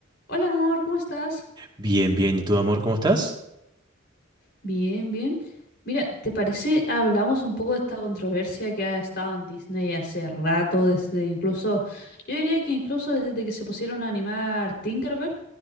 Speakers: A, on the left; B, on the right.
A: Hola amor, ¿cómo estás?
B: Bien, bien. ¿Y tú, amor, cómo estás?
A: Bien, bien. Mira, ¿te parece hablamos un poco de esta controversia que ha estado en Disney hace rato, desde incluso, yo diría que incluso desde que se pusieron a animar Tinkerbell,